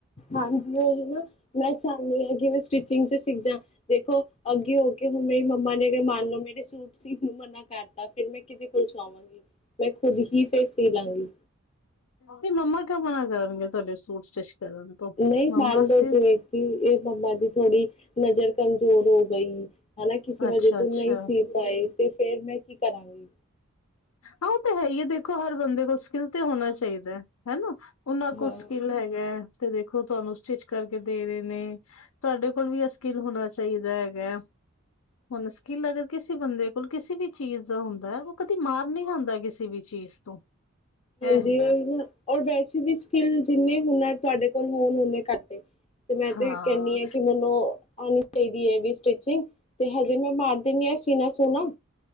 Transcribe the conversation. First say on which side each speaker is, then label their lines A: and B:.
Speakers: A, on the left; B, on the left.
A: ਹਾਂਜੀ ਉਹੀ ਨਾ ਮੈਂ ਚਾਹੁੰਦੀ ਹਾਂ ਕਿ ਮੈਂ ਸਟਿਚਿੰਗ ਤੇ ਸਿੱਖ ਜਾ ਦੇਖੋ ਅੱਗੇ ਹੋ ਕੇ ਹੁਣ ਮੇਰੀ ਮੰਮਾ ਨੇ ਮੰਨ ਲਓ ਮੇਰੇ ਸੂਟ ਸੀਨ ਨੂੰ ਮਨਾ ਕਰਤਾ ਫੇਰ ਮੈਂ ਕਿਦੇ ਕੋ ਸੁਆਵਾਂਗੀ ਮੈਂ ਖੁਦ ਹੀ ਫੇਰ ਸੀ ਲਾਂਗੀ।
B: ਫੇਰ ਮੰਮਾ ਕ ਕਰਨ ਗੇ ਤੁਹਾਡੇ ਸੂਟ ਸਟਿਚ ਤੋਂ
A: ਨਈ,
B: ਮੰਮਾ
A: ਮਨ
B: ਸੀ
A: ਲੌ ਜੇ ਕਿ ਏ ਮੰਮਾ ਦੀ ਥੋੜੀ ਨਜ਼ਰ ਕਮਜ਼ੋਰ ਹੋ ਗਈ ਹੈਨਾ ਕਿਸੇ ਵਜ੍ਹੇ
B: ਅੱਛਾ ਅੱਛਾ
A: ਤੋਂ ਨਈ ਸੀ ਪਾਏ ਤੇ ਫੇਰ ਮੈਂ ਕੀ ਕਰਾਂਗੀ?
B: ਹਾਂ ਪ ਤਾਂ ਹੈ ਈ ਐ ਦੇਖੋ ਹਰ ਬੰਦੇ ਕੋਲ ਸਕਿੱਲ ਤੇ ਹੋਨਾ ਚਾਹੀਦਾ, ਹੈਨਾ। ਓਨਾਂ ਕੁਲ
A: ਹਾਂ
B: ਸਕਿੱਲ ਹੈਗੇ। ਤੇ ਦੇਖੋ ਤੁਹਾਨੂੰ ਸਟਿਚ ਕਰਕੇ ਦੇ ਰੇ ਨੇ ਤੁਹਾਡੇ ਕੋਲ ਵੀ ਏ ਸਕਿੱਲ ਹੋਣਾ ਚਾਹੀਦਾ ਹੈਗਾ ਮ ਹੁਣ ਸਕਿੱਲ ਅਗਰ ਕਿਸੇ ਬੰਦੇ ਕੋਲ ਕਿਸੇ ਵੀ ਚੀਜ਼ ਦਾ ਹੁੰਦਾ ਹੈ ਓ ਕ ਦੀ ਮਾਰ ਨੀ ਖਾਂਦਾ ਕਿਸੀ ਵੀ ਚੀਜ਼ ਤੋਂ
A: ਹਾਂਜੀ
B: ਇਹ ਹੈਗਾ
A: ਔਰ ਵੈਸੇ ਵੀ ਸਕਿੱਲ ਜਿੰਨੇ ਹੁਨ ਤੁਹਾਡੇ ਕੋਲ ਹੋਣ ਉਨੇ ਘੱਟ ਏ ਤੇ ਮੈਂ
B: ਹਾਂ।
A: ਤੇ ਕੈਨੀ ਆ ਕਿ ਮੈਨੂੰ ਆਉਣੀ ਚਾਈਦੀ ਐ ਵੀ ਸਟਿਚਿੰਗ ਤੇ ਹਜੇ ਮੈਂ ਮਾਰ ਦਿੰਨੀ ਆ ਸੀਨਾ ਸੂਨਾ